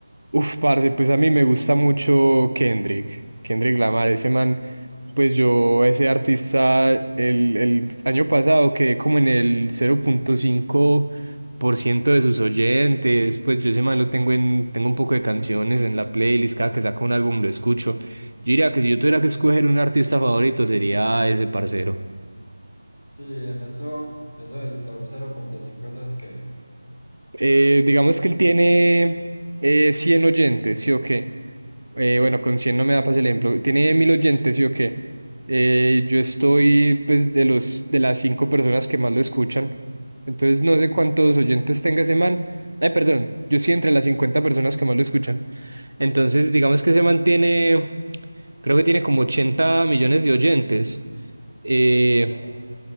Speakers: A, on the right; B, on the left.
A: Uf, parce, pues a mí me gusta mucho Kendrick, Kendrick Lamar, ese man, pues yo, ese artista, el, el año pasado quedé como en el 0.5% de sus oyentes, pues yo ese man lo tengo en, tengo un poco de canciones en la playlist, cada que saca un álbum lo escucho. Yo diría que si yo tuviera que escoger un artista favorito sería ese parcero.
B: Sí, eso, eso del top 0.5, eso es que.
A: Eh, digamos que él tiene eh, 100 oyentes, ¿sí o qué? Eh,
B: Ajá,
A: bueno, con 100 no me da para el ejemplo. Tiene 1000 oyentes, ¿sí o qué? Eh, yo estoy, pues, de los, de las cinco personas que más lo escuchan. Entonces, no sé cuántos oyentes tenga ese man. Eh, perdón, yo sí entre las 50 personas que más lo escuchan. Entonces, digamos que ese man tiene, creo que tiene como 80 millones de oyentes. Eh,
B: ajá.